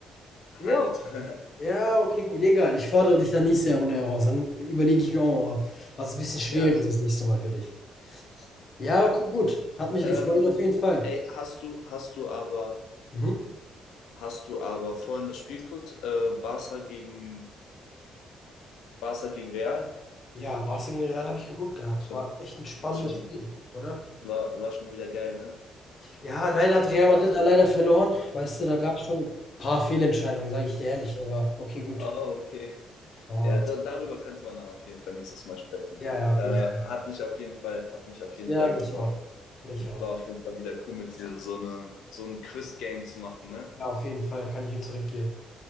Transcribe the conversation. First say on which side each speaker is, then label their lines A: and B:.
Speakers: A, on the left (about 45°); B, on the left (about 80°).
A: Ja,
B: halb.
A: okay.
B: <laughs>
A: Ja, okay, gut, egal. Ich fordere dich dann nächste Runde heraus. Dann überlege ich mir auch mal, was ein bisschen schwerer
B: ja,
A: ist das nächste Mal für dich. Ja,
B: ja.
A: okay, gut. Hat mich
B: Ähm,
A: gefreut auf jeden Fall.
B: ey, hast du, hast du aber
A: Mhm.
B: Hast du aber vorhin das Spiel geguckt, äh, Barca gegen, Barca gegen Real?
A: Ja, Barca gegen Real habe ich geguckt gehabt.
B: Schon,
A: War echt ein spannendes
B: schon,
A: Spiel, oder?
B: war, war schon wieder geil, ne?
A: Ja, leider hat Real
B: Oh,
A: Madrid da leider verloren. Weißt du, da gab es schon ein paar Fehlentscheidungen, sage ich dir ehrlich. Aber okay, gut.
B: oh okay.
A: Ja,
B: Ja, da, darüber könnte man dann auf jeden Fall nächstes Mal sprechen.
A: ja, ja, auf
B: Äh,
A: jeden Fall.
B: hat mich auf jeden Fall, hat mich auf jeden
A: Ja,
B: Fall
A: mich
B: gefreut.
A: auch. Mich auch.
B: War auf jeden Fall wieder cool mit dir, so eine, so ein Quiz-Game zu machen, ne?
A: Ja, auf jeden Fall. Kann ich dir zurückgeben.